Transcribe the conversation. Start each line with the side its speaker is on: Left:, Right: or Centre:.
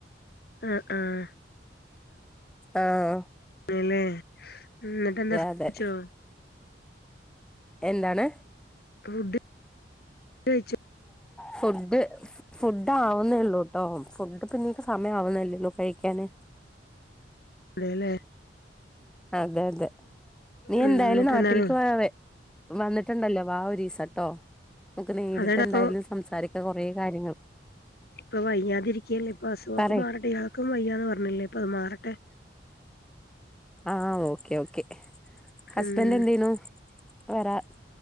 Left: ആഹ് ആഹ്
Centre: ആഹ്
Left: അല്ലല്ലേ എന്നിട്ട് എന്താ
Centre: അതെ
Left: ച്ചോ
Centre: എന്താണ്
Left: ഫുഡ് കയിച്ചോ?
Centre: ഫുഡ് ഫുഡ് ആവുന്നള്ളൂ ട്ടോ. ഫുഡ് പിന്നീ പ്പോ സമയം ആവുന്നല്ലോ ഉള്ളു കഴിക്കാന്.
Left: അതേല്ലേ
Centre: അതെ അതെ നീ
Left: ഉം
Centre: എന്തായാലും
Left: എന്നിട്ട്
Centre: നാട്ടിലേക്ക്
Left: എന്താണ്
Centre: വാ വേ വന്നിട്ടുണ്ടല്ലോ വാ ഒരീസട്ടോ. നമുക്ക് നേരിട്ട്
Left: അതെടാ
Centre: എന്തായാലും
Left: അപ്പൊ
Centre: സംസാരിക്ക. കുറേ കാര്യങ്ങൾ.
Left: ഇപ്പൊ വയ്യാതി ഇരിക്കല്ലേ, ഇപ്പൊ അസുഖൊക്കെ
Centre: പറയ്
Left: മാറട്ടെ. ഇയാൾക്കും വയ്യാന്ന് പറഞ്ഞില്ലേ ഇപ്പൊ അത് മാറട്ടെ.
Centre: ആഹ്, ഓക്കെ ഓക്കെ ഹസ്ബൻഡ്
Left: ഉം
Centre: എന്തേയ്ന്നു വേറെ